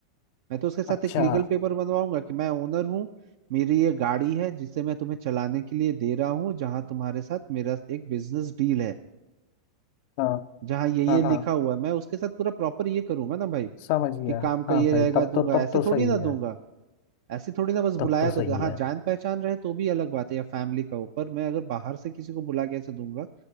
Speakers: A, on the right; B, on the left.
A: मैं तो उसके साथ
B: अच्छा
A: एक लीगल पेपर बनवाऊंगा कि मैं ओनर हूँ मेरी ये गाड़ी है जिसे मैं तुम्हें चलाने के लिए दे रहा हूँ जहाँ तुम्हारे साथ मेरा एक बिजनेस डील है
B: हाँ
A: जहाँ ये ये
B: हाँ
A: लिखा
B: हाँ
A: हुआ है मैं उसके साथ पूरा प्रॉपर ये करूंगा ना भाई
B: समझ गया
A: कि काम का
B: हाँ
A: ये
B: भाई
A: रहेगा
B: तब
A: दूंगा
B: तो तब
A: ऐसे
B: तो सही
A: थोड़ी ना दूंगा
B: है
A: ऐसे थोड़ी ना बस
B: तब
A: बुलाया
B: तो सही
A: तो दे- हाँ
B: है
A: जान पहचान रहे तो भी अलग बात है या फैमिली का हो पर मैं अगर बाहर से किसी को बुला के ऐसे दूंगा